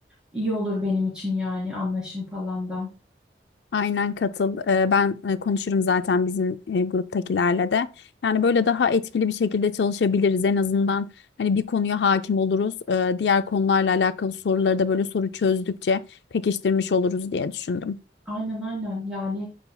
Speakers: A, in the centre; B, on the left.
A: İyi olur benim için yani anlaşım falan da.
B: Aynen katıl. Ee, ben e, konuşurum zaten bizim e, gruptakilerle de. Yani böyle daha etkili bir şekilde çalışabiliriz. En azından hani bir konuya hakim oluruz. Ee, diğer konularla alakalı soruları da böyle soru çözdükçe pekiştirmiş oluruz diye düşündüm.
A: Aynen aynen. Yani